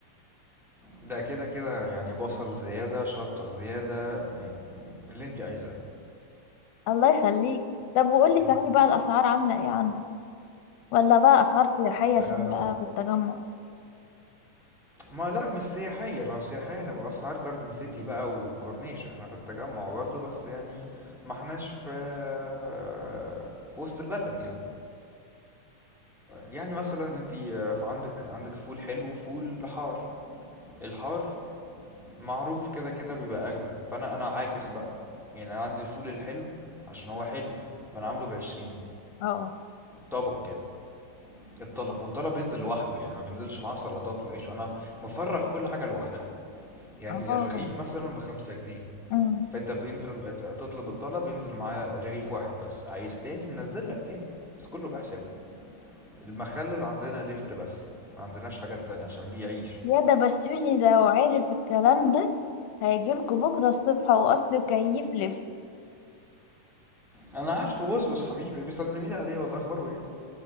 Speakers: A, in the centre; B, on the left (about 90°).
A: ده كده كده يعني بصل زيادة شطة زيادة يعني اللي انت عايزاه
B: الله يخليك طب وقولي
A: الم-
B: صحيح بقى الأسعار عاملة ايه عندك ولا بقى أسعار سياحية
A: آه،
B: عشان بقى في التجمع
A: ما لا مش سياحية لو سياحية هنبقى أسعار جاردن سيتي بقى وكورنيش احنا في التجمع برضو بس يعني ما احناش في آه، في وسط البلد يعني يعني مثلا انت في عندك عندك فول حلو وفول حار الحار معروف كده كده بيبقى اغلى فانا انا عاكس بقى يعني انا عندي الفول الحلو عشان هو حلو فانا عامله بعشرين
B: اه
A: طبق كده الطلب والطلب ينزل لوحده يعني ما بينزلش معاه سلطات وعيش وانا مفرغ كل حاجة لوحدها يعني
B: اه
A: الرغيف مثلا بخمسة جنيه
B: امم
A: فانت بينزل تطلب الطلب ينزل معاه رغيف واحد بس عايز تاني ننزل لك تاني بس كله بحسابه المخلل عندنا لفت بس ما عندناش حاجات تانية عشان بيعيش
B: يا ده بسيوني لو عرف الكلام ده هيجيلكوا بكرة الصبح وأصله كيف لف
A: انا عارفه بصبص حبيبي بيسلمي لي عليه والله اخباره ايه